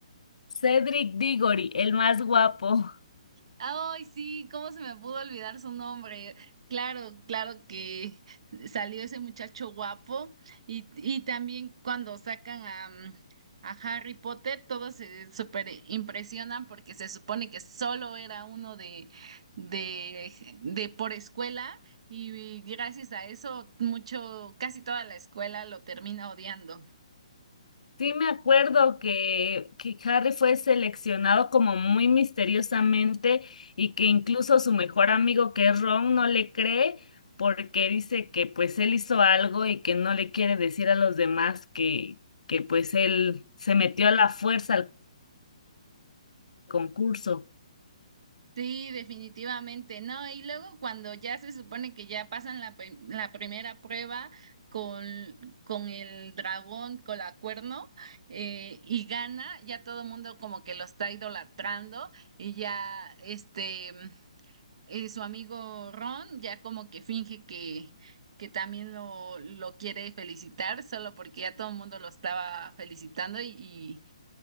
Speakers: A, on the left (about 85°); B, on the right (about 55°).
A: Cedric Diggory, el más guapo.
B: Ay, sí, ¿cómo se me pudo olvidar su nombre? Claro, claro que salió ese muchacho guapo y, y también cuando sacan a, mm, a Harry Potter, todos se super impresionan porque se supone que solo era uno de, de, de por escuela y gracias a eso mucho, casi toda la escuela lo termina odiando.
A: Sí, me acuerdo que, que Harry fue seleccionado como muy misteriosamente y que incluso su mejor amigo que es Ron no le cree porque dice que pues él hizo algo y que no le quiere decir a los demás que, que pues él se metió a la fuerza al concurso.
B: Sí, definitivamente, ¿no? Y luego cuando ya se supone que ya pasan la, pri- la primera prueba con, con el dragón, con la cuerno, eh, y gana, ya todo el mundo como que lo está idolatrando y ya, este eh, su amigo Ron ya como que finge que, que también lo, lo quiere felicitar, solo porque ya todo el mundo lo estaba felicitando y, y,